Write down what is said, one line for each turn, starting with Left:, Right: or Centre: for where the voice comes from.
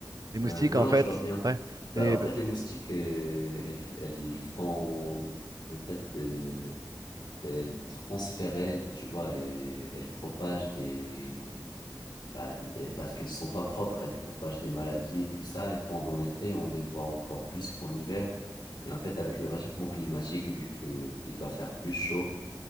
Right: Les moustiques,
Left: euh, non,
Right: en
Left: non,
Right: fait,
Left: je vois bien.
Right: ouais,
Left: Bah,
Right: c'est
Left: en fait,
Right: les,
Left: les moustiques, euh, elles, elles font, en fait, euh, euh, transférées, tu vois, et elles propagent des... bah, et parce qu'elles sont pas propres, elles propagent des maladies et tout ça. Et pendant l'été, on les voit encore plus qu'en hiver. Et en fait, avec le réchauffement climatique, vu que il va faire plus chaud,